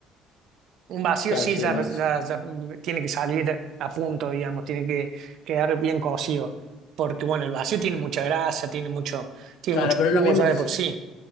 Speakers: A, on the right; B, on the left.
A: un vacío
B: claro,
A: sí
B: sí,
A: ya,
B: lo hace.
A: ya- ya, mm, tiene que salir a punto, digamos, tiene que quedar bien cocido. Porque bueno, el vacío tiene mucha grasa, tiene mucho, tiene
B: Claro,
A: mucho
B: pero
A: jugo
B: es lo mismo
A: ya
B: que
A: de
B: si
A: por sí.